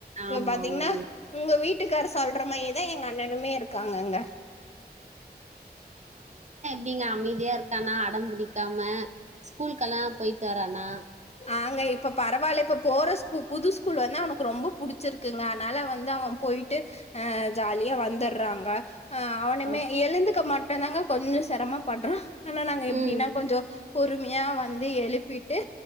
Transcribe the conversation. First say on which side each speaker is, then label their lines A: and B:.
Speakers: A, on the right (about 45°); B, on the left (about 40°).
A: ஆமா
B: இப்ப பாத்தீங்னா
A: ஆமாங்க
B: உங்க வீட்டுக்கார் சொல்ற மாயே தா எங்க அண்ணனுமே இருக்காங்கங்க
A: டிங்க அமைதியா இருக்காணா அடம் பிடிக்காம ஸ்கூலுகெல்லா போய்ட்டு வரானா
B: ஆங்க இப்ப பரவால்ல இப்ப போறஸ் புது ஸ்கூல் வன அவனு ரொம்ப புடிச்சிருக்குங்க அனால வந்து அவன் போய்ட்டு ஆ ஜாலியா வந்துற்றாங்க ஆ அவனுமே
A: ஓ
B: எழுந்துக்க மட் டுந்தாங்க கொஞ்சோ செரம பட்றா ஆனா நாங்க எப்டினா
A: ம்
B: கொஞ்சோ பொறுமை ஏ வந்து எழுப்பிட்டு